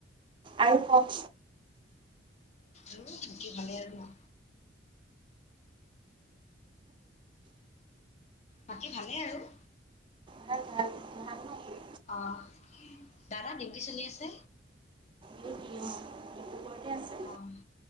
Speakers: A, on the right; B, on the left.
A: আৰু কক
B: উ তাক কি ভালে আৰু ন বাকী ভালেই আৰু।
A: ভাল ভাল ভাল নহয়
B: আহ দাদা দিউতি চলি আছে?
A: ডিব্ৰুগড়তে আছে
B: অ'